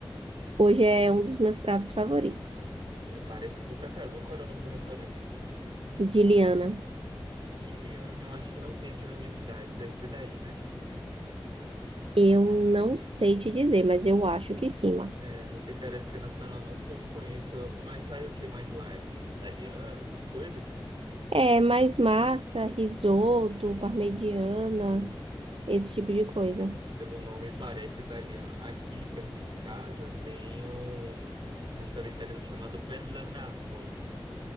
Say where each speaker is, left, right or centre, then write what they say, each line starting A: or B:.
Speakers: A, on the right (about 85°); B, on the right (about 60°).
A: Hoje é um dos meus pratos favoritos,
B: Pô, Parece bom pra caramba. Qual era o nome do restaurante?
A: de Liana.
B: Giliano, eu acho que não tem aqui na minha cidade. Deve ser daí, né?
A: Eu não sei te dizer, mas eu acho que sim, Marcos.
B: É, não tem cara de ser nacional não, porque eu não conheço. Mas sai o que mais lá? É comida italiana, essas coisas?
A: É, mais massa, risoto, parmegiana, esse tipo de coisa.
B: Pelo nome parece italiano. Aqui perto de casa tem um restaurante italiano chamado Bella Napoli.